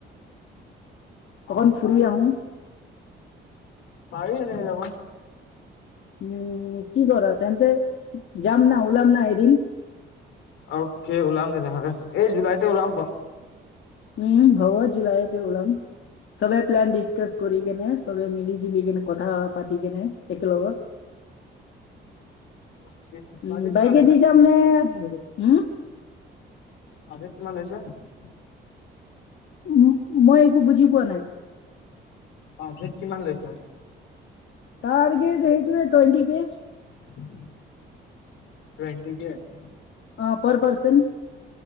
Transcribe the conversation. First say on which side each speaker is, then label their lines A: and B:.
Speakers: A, on the left; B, on the left.
A: অ'
B: অকন ফুৰি
A: পাৰি,
B: আহো।
A: পাৰি এনেকে যাব।
B: উম কি কৰা তেন্তে যাম ন ওলাম ন এদিন।
A: অকে ওলাম তেনেহলে এই জুলাইতে ওলাম।
B: উম', হব জুলাইতে ওলাম সবে প্লান ডিছকছ কৰি কেনে সবে মিলি জুলি কেনে কথা পাতি কেনে একেলগত
A: অ'কে,
B: উ,
A: বাজেট কিমান
B: বাইকে
A: লৈছা?
B: দি যাম নে, উম?
A: অ, দেত কিমান <unintelligible>
B: উ', মই একো বুজি পোৱা নাই।
A: বাজেট কিমান লৈছা?
B: তাৰগেট সেইটোৱে টুৱেণ্টিকে।
A: টুৱেণ্টিকে
B: অ', পৰ পাৰচন